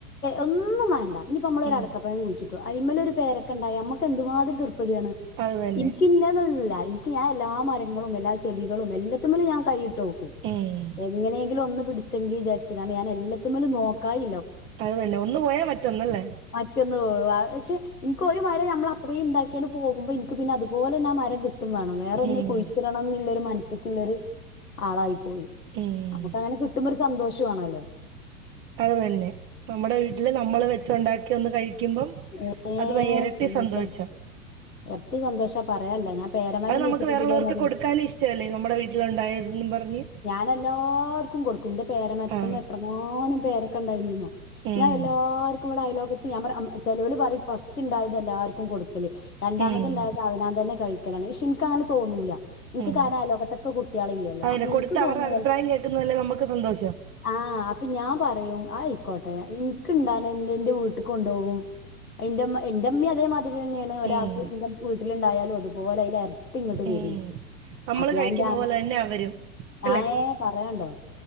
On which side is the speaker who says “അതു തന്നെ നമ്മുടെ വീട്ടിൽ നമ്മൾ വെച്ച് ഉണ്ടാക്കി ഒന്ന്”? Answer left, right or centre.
Right